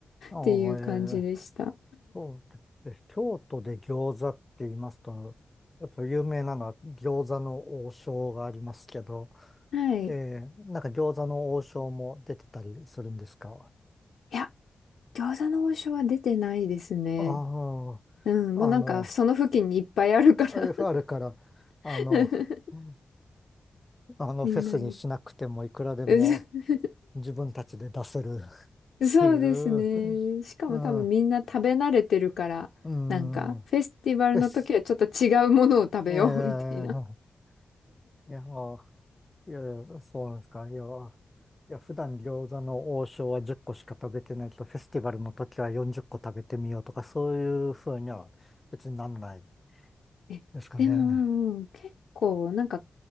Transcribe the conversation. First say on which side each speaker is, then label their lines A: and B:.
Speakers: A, on the left; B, on the left.
A: ああ、
B: ていう感じでした。
A: えー、そうです京都で餃子って言いますと、やっぱ有名なのは餃子の王将がありますけど、
B: はい。
A: えー、
B: い
A: なんか餃子の王将も出てたりするんですか
B: や、餃子の王将は出てないですね。
A: あ
B: うん、
A: あ、
B: もうなんかその付近にいっぱいあるから
A: あの、あるから、あの、
B: <laughs>
A: うんあのフェスにしなくてもいくらでも
B: みんないい。<laughs>
A: 自分たちで出せる <laughs> っ
B: そうですね。
A: ていう、
B: しかも多分みんな食べ慣れてるから、
A: うん、う
B: なんか、
A: ん、
B: フェスティバルの時はちょっと違うものを食べよう
A: です。ええ
B: <laughs> みたいな。
A: いや、もう、いや、いやそうなんですか。いや、いや、普段餃子の王将は10個しか食べてないけど、フェスティバルの時は40個食べてみようとか、そういうふうには別になんない
B: <laughs> え、
A: ですかね。
B: でも、結構、なんか、